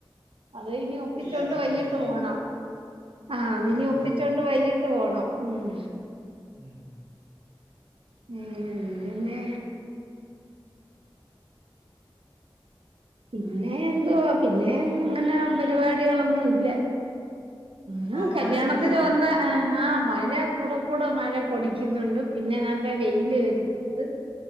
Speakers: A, on the right (about 80°); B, on the left (about 45°).
A: അത് ഇനി ഒപ്പിച്ചൊണ്ട്
B: ഇല്ല പറ്റത്തില്ല
A: വൈകിട്ട് പോണം ആഹ്
B: പോയിട്ട്
A: ഇനി ഒപ്പിച്ചൊണ്ട്
B: വേണം
A: വൈകിട്ട് പോണം ഉം
B: ഉം
A: മ് പിന്നെ പിന്നെ എന്തുവാ പിന്നെ അങ്ങനെ പരിപാടികളൊന്നും ഇല്ല മ്
B: ആ മഴയുണ്ടോ
A: കല്യാണത്തിന് വന്ന ആഹ് ഹാ മഴ കൂടെ കൂടെ മഴ പൊടിക്കുന്നുണ്ട് പിന്നെ നല്ല വെയില് വരുന്നു